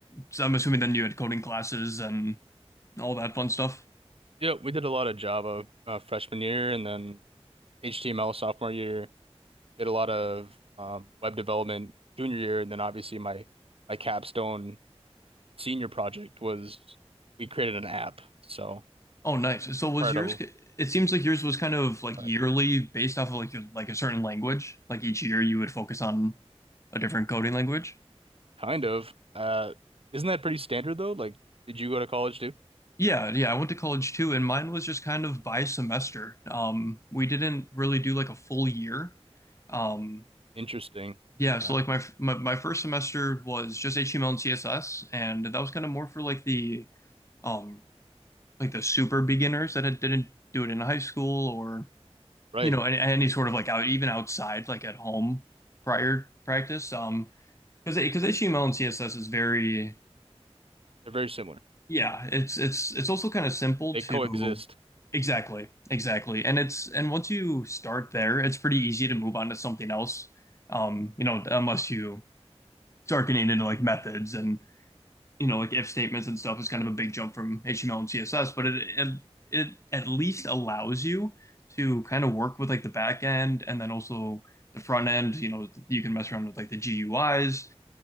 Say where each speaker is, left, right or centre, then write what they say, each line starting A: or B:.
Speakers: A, on the left (about 25°); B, on the right (about 60°).
A: so I'm assuming then you had coding classes and all that fun stuff.
B: Yeah, we did a lot of Java uh, freshman year and then HTML sophomore year. Did a lot of um, web development junior year, and then obviously my my capstone senior project was we created an app. So
A: Oh, nice. So was
B: part
A: yours?
B: of
A: It seems like yours was kind of like
B: or
A: yearly, based off of like your, like a certain language. Like each year, you would focus on a different coding language.
B: kind of uh, isn't that pretty standard though? Like, did you go to college too?
A: Yeah, yeah, I went to college too, and mine was just kind of by semester. Um, we didn't really do like a full year. Um,
B: Interesting.
A: yeah, so
B: Yeah.
A: like my, f- my my first semester was just HTML and CSS, and that was kind of more for like the um like the super beginners that had, didn't do it in high school or
B: Right.
A: you know any, any sort of like out even outside like at home prior practice. Um, because because HTML and CSS is very
B: They're very similar.
A: Yeah, it's it's it's also kind of simple
B: They
A: to
B: coexist,
A: exactly, exactly. And it's and once you start there, it's pretty easy to move on to something else. Um, you know, unless you start getting into like methods and you know, like if statements and stuff is kind of a big jump from HTML and CSS, but it it, it at least allows you to kind of work with like the back end and then also the front end, you know, you can mess around with like the GUIs